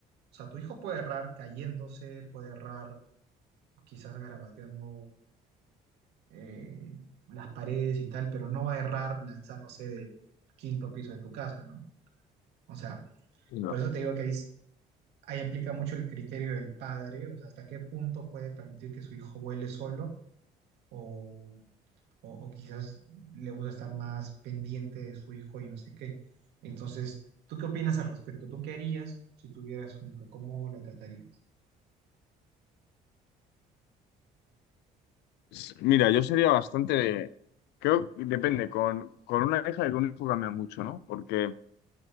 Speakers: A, on the right; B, on the left.
A: O sea, tu hijo puede errar cayéndose, puede errar quizás garabateando eh, las paredes y tal, pero no va a errar lanzándose del quinto piso de tu casa, ¿no? O sea,
B: ujú.
A: por eso te digo que ahí, ahí aplica mucho el criterio del padre, o sea, hasta qué punto puede permitir que su hijo vuele solo o, o- o quizás le gusta estar más pendiente de su hijo y no sé qué. Entonces, ¿tú qué opinas al respecto? ¿Tú qué harías si tuvieras un hijo? ¿Cómo lo tratarías?
B: S- Mira, yo sería bastante, creo que depende, con, con una hija y con un hijo cambia mucho, ¿no? Porque